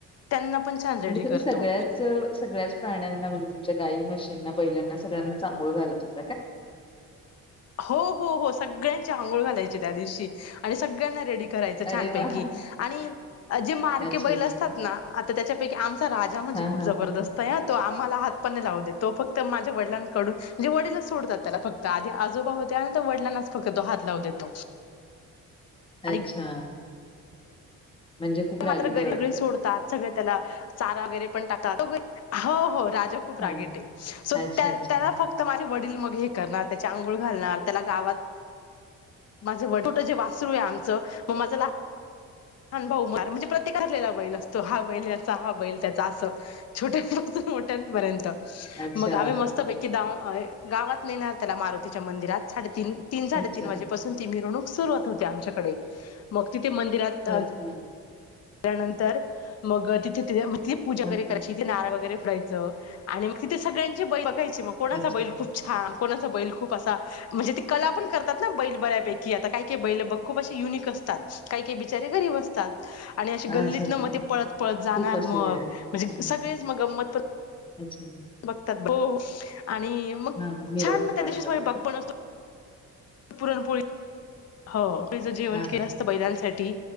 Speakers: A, on the left; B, on the left.
A: त्यांना पण छान रेडी
B: म्हणजे तुम्ही
A: करतो
B: सगळ्याच सगळ्याच प्राण्यांना म्हणजे तुमच्या गायी म्हशींना बैलांना सगळ्यांनाच अंघोळ घालत होत
A: हो हो हो सगळ्यांची आंघोळ घालायची त्या दिवशी आणि सगळ्यांना रेडी करायचं
B: अरे
A: छानपैकी
B: वा हा.
A: आणि जे मारके
B: अच्छा
A: बैल
B: अच्छा
A: असतात ना आता त्याच्यापैकी आम चा राजा म्हणजे
B: हा
A: खूप
B: हा
A: जबरदस्त
B: हा
A: आहे हं तो आम्हाला हातपण नाही लावू देत तो फक्त माझ्या वडिलांकडून म्हणजे वडीलंच सोड तात त्याला फक्त आधी आजोबा होते आणि‌ आता वडीलांनाच फक्त तो हात लावू देतो आणि
B: अच्छा म्हणजे खूप रागीट
A: मात्र घरीघरी
B: आहे वाटतं
A: सोडतात सगळे त्याला चारा वगैरे पण टाकतात हो हो खूप राग
B: हा
A: येते सो
B: अच्छा
A: त्या
B: अच्छा
A: त्याला फक्त माझे वडील मग हे करणार त्याच्या आंघोळ घालणार त्याला गावात माझं वडील छोट जे वासरू आहे आमचं मग माझा लहान भाऊ मार म्हणजे प्रत्येकाचा ठरलेला बैल असतो हा बैल याचा हा बैल त्याचा असं छोट्या मोठ्यापर्यंत
B: अच्छा
A: मग आम्ही मस्तपैकी दाव गावात नेणार त्याला मारुतीच्या मंदिरात साडेतीन तीन साडेतीन
B: अच्छा
A: वाजेपासून ती मिरवणूक सुरुवात होते आमच्याकडे मग तिथे मंदिरात
B: हम्
A: त्यानंतर मग तिथे तिथंली पूजा
B: हा
A: वगैरे
B: हा
A: करायची तिथे नारळ वगैरे फोडायचं आणि मग तिथे सगळ्यांची बैल बघायची मग कोणाचा
B: अच्छा
A: बैल खूप छान कोणाचा बैल खूप असा म्हणजे ती कला पण करतात ना बैल बऱ्यापैकी आता काय काय बैलं बघ खूप असे युनिक असत तात काही काही बिचारे गरीब असतात आणि अशे
B: हा
A: गल्लीतनं
B: अच्छा अच्छा
A: मग ते पळत पळत जाणार
B: खूप अशी
A: मग
B: वेळ
A: म्हणजे
B: हा हा
A: सगळेच मग गंमत पण
B: अच्छा
A: बघतात हो हो आणि मग
B: हा मिरवणूक
A: छान मग त्या
B: काढतात
A: दिवशी स्वयंपाक
B: ना
A: पण असतो पुरणपोळी हो चं जेवण
B: हा
A: केलं
B: हा
A: असतं बैलांसाठी